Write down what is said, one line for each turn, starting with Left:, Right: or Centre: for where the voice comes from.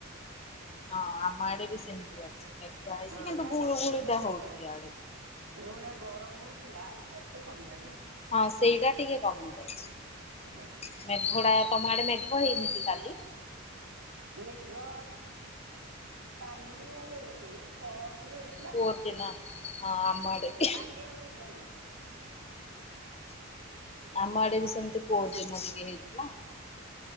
Left: ହଁ ଆମ ଆଡ଼େ ବି ସେମତି ଅଛି। ମେଘୁଆ ହେଇଛି
Right: ହଁ
Left: କିନ୍ତୁ
Right: ପା
Left: ଗୁଳୁ
Right: ପରିବର୍ତ୍ତନ
Left: ଗୁଳିଟା
Right: ହେଇଗଲାଣି
Left: ହଉଛି ଇଆଡେ
Right: ଯୋଉ
Left: ଟିକେ।
Right: ଭଳିଆ ଗରମ ହଉ ଥୁଲା ଆସ୍ତେ ଆସ୍ତେ କମିିଲାଣି ଆଉ।
Left: ହଁ ସେଇଟା ଟିକେ କମି ଯାଇଛି
Right: ହଁ।
Left: ମେଘଡ଼ା ତମ ଆଡ଼େ ମେ ଘ ହେଇନି କି କାଲି?
Right: ମେଘ କାଲି ଆଉ ହେଇନି ପ ଇବେ ହେଇଥିଲା
Left: ପୋର
Right: ଆଉ
Left: ଦିନ ହଁ ଆମ ଆଡେ
Right: ଅଁ
Left: ବି
Right: କାଲି ଆଉ ମେଘ ହେଇନି।
Left: ଆମ ଆଡ଼େ ବି ସେମତି କୋଉ ଦିନ ଟିକେ ହେଇଥିଲା।